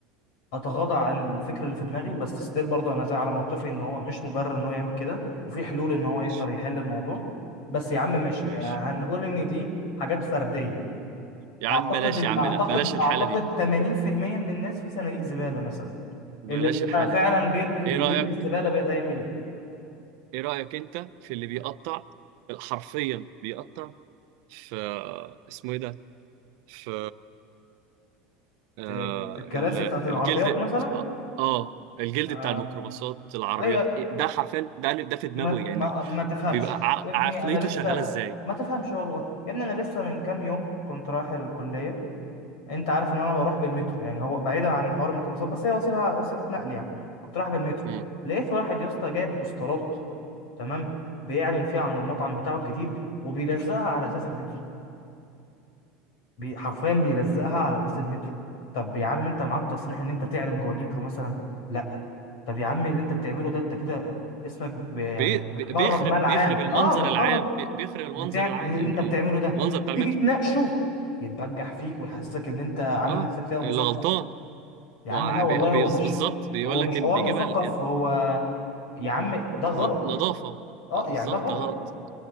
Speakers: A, on the left (about 70°); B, on the right (about 55°).
A: اتغاضى عن الفكره اللي في دماغي بس ستيل برضو انا زي على موقفي ان هو مش مبرر ان هو يعمل كده وفي حلول ان هو
B: ماشي
A: يقدر يحل الموضوع بس يا عم ماشي
B: ماشي
A: آه، هنقول ان دي حاجات فرديه
B: يا
A: اعتقد
B: عم بلاش
A: ال-
B: يا عم
A: اعتقد
B: ده بلاش الحاله
A: اعتقد
B: دي
A: 80% من الناس في صناديق زباله مثلا
B: بلاش
A: اللي بقى
B: الحاله
A: فعلا
B: دي
A: بيرمي
B: ايه رايك
A: بيرمي الزباله بقى ده يعمل ايه
B: ايه رايك انت في اللي بيقطع حرفيا بيقطع في اسمه ايه ده في آه
A: في في الكراسي
B: ال-
A: بتاعت العربيات
B: الجلد
A: مثلا
B: اه آه، الجلد
A: آه،
B: بتاع الميكروباصات
A: ما-
B: العربيات
A: ايوه
B: إيه، ده حرفيا ده ده في دماغه
A: ما
B: يعني
A: ما ما تفهمش
B: بيبقى ع-
A: يا ابني
B: عقليته
A: انا لسه
B: شغاله ازاي
A: ما تفهمش والله يا ابني انا لسه من كام يوم كنت رايح الكليه انت عارف ان انا بروح بالمترو يعني هو بعيدا عن حوار الميكروباصات بس هي وسيله وسيله نقل يعني كنت رايح بالمترو
B: مم.
A: لقيت واحد يا اسطى جايب بوسترات تمام بيعلن فيها عن المطعم بتاعه الجديد وبيلزقها على ازاز المترو بي حرفيا بيلزقها على ازاز المترو طب يا عم انت معاك تصريح ان انت تعلن جوه المترو مثلا لا طب يا عم اللي انت بتعمله ده انت كده اسمك ب- يعني
B: بي بي-
A: بتخرب
B: بيخرب
A: مال عام
B: بيخرب المنظر
A: اه بتخرب
B: العام بي- بيخرب المنظر
A: بتاع اللي
B: العام ال-
A: انت بتعمله
B: ال-
A: ده
B: المنظر
A: وتيجي
B: بتاع المترو
A: تناقشه يتبجح فيك ويحسسك ان انت عامل
B: اه
A: نفسك فيها مثقف
B: اللي غلطان
A: يا
B: وع-
A: عم لا والله
B: بي- بي-
A: هو
B: بالظبط
A: مش
B: بيقول
A: هو مش
B: لك
A: حوار
B: ان بيجيبها
A: مثقف
B: ال- ال-
A: هو يا عم ده غلط
B: نض- نظافه
A: اه
B: اه بالظبط
A: يعني ده غلط
B: ده غلط